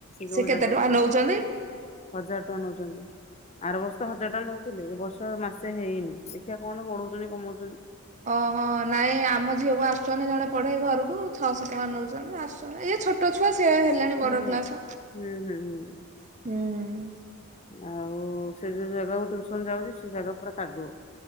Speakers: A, on the left; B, on the right.
A: ଯୋଉ
B: ସେ କେତେ
A: ଜାଗାକୁ
B: ଟଙ୍କା
A: ଯାଏ
B: ନୋଉଛନ୍ତି?
A: ହଜାର ଟଙ୍କା ନୋଉଛନ୍ତି। ଆର ବର୍ଷ ହଜାର ଟଙ୍କା ନଉଥିଲେ ଏ ବର୍ଷ ମାସେ ହେଇନି ଦେଖିଆ କଣ ବଢଉଛନ୍ତି କମଉଛନ୍ତି।
B: ଓହୋ ନାଇଁ ଆମ ଝିଅକୁ ଆସୁଛନ୍ତି ଜଣେ ପଢ଼େଇ ଘରକୁ ଛଅଶହ ଟଙ୍କା ନୋଉଚନ୍ତି ଆସୁ ଇଏ ଛୋଟ ଛୁଆ ସେଏ ହେଲାଣି
A: ହୁଁ
B: ବଡ଼ କ୍ଲାସ।
A: ହୁଁ ହୁଁ ହୁଁ।
B: ହୁଁ।
A: ଆଉ ସେ ଯୋଉ ଜାଗାକୁ ଟିଉସନ ଯାଉଚି ସେ ଜାଗା ପୁରା କାଦୁଅ।